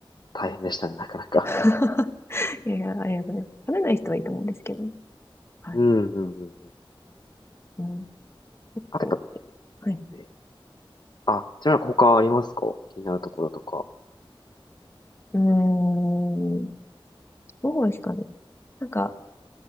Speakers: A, on the left; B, on the left.
A: 大変でしたね、なかなか。
B: <laughs> いや、ありがとうございます。食べない人はいいと思うんですけどね、はい。
A: うん、うん、うん。うん
B: うん、結構、
A: あとやっ
B: はい。
A: ぱ、えあ、ちなみに他ありますか気になるところとか。
B: うーん、どうですかね。なんか、